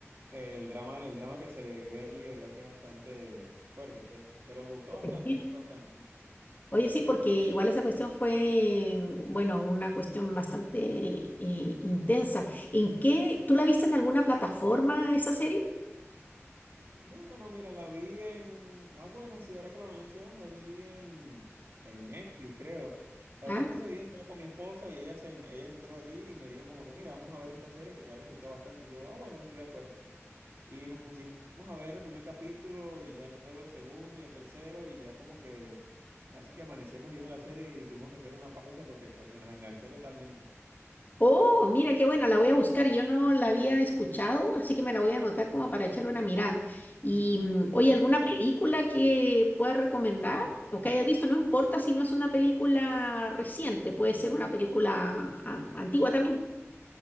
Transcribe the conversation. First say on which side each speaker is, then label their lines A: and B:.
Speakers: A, on the right (about 55°); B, on the left (about 35°).
A: el drama, el drama que se ve allí, ¿verdad? Que es bastante fuerte, pues, pero me gustó bastante,
B: Sí.
A: me gustó bastante. ¿no?
B: Oye, sí, porque igual esa cuestión fue, bueno, una cuestión bastante eh, intensa. ¿En qué? ¿Tú la viste en alguna plataforma esa serie?
A: No, bueno, mira, la vi en... Ah, bueno, sí, ahora que lo mencionas, la vi en, en Netflix, creo. La
B: Ah,
A: verdad es que ese día estaba con mi esposa y ella, se, ella entró allí y me dijo como que, mira, vamos a ver esta serie que ya la he escuchado bastante. Y yo, ah, bueno, estoy de acuerdo. Y nos pusimos a ver el primer capítulo y ya luego el segundo y el tercero y ya como que casi que amanecemos viendo la serie y tuvimos que hacer una pausa porque casi que nos enganchó totalmente.
B: Oh, mira, qué buena, la voy a buscar. Yo no la había escuchado, así que me la voy a anotar como para echarle una mirada. Y mm, oye, ¿alguna película que puedas recomendar o que hayas visto? No importa si no es una película reciente, puede ser una película ah, antigua también.